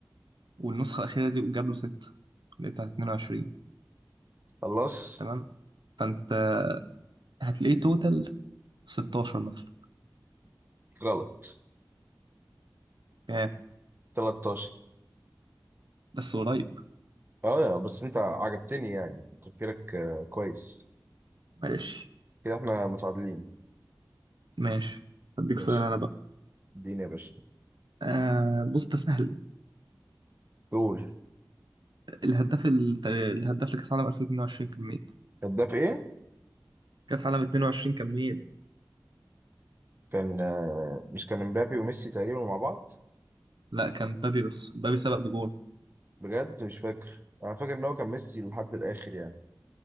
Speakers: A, on the right; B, on the right.
A: والنسخة الأخيرة دي جاب له ستة اللي هي بتاعت 22
B: خلاص
A: تمام فأنت هتلاقيه توتال 16 مثلا
B: غلط
A: آه
B: 13
A: بس قريب
B: اه بس انت عجبتني يعني تفكيرك آه، كويس
A: ماشي
B: كده احنا متعادلين
A: ماشي هديك
B: ماشي
A: سؤال أنا بقى
B: اديني يا باشا
A: آه بص ده سهل
B: دول
A: الهداف الت- الهداف لكأس عالم 2022 كان مين؟
B: هداف ايه
A: كأس عالم 22 كان مين؟
B: كان آه، مش كان مبابي وميسي تقريبا مع بعض
A: لا كان مبابي بس مبابي سبق بجول
B: بجد مش فاكر انا فاكر ان هو كان ميسي لحد الاخر يعني